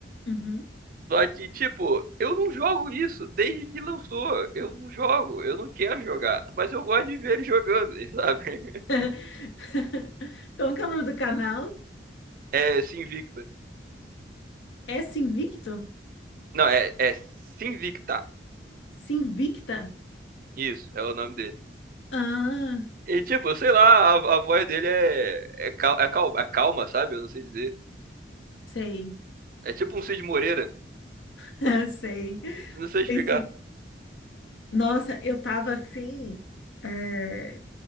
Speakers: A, on the left (about 85°); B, on the right (about 50°).
A: uhum.
B: Só que, tipo, eu não jogo isso desde que lançou. Eu não jogo, eu não quero jogar. Mas eu gosto de ver ele jogando, <laughs> sabe?
A: <laughs> Como que é o nome do canal?
B: É Sinvicta.
A: É Sinvicto?
B: Não, é, é Sinvicta.
A: Sinvicta?
B: Isso, é o nome dele.
A: Ah,
B: E, tipo, sei lá, a, a voz dele é, é, cal, é, cal, é calma, sabe? Eu não sei dizer.
A: sei.
B: É tipo um Cid Moreira.
A: <laughs> Sei.
B: Não sei explicar.
A: Sei, sim. Nossa, eu tava assim. é,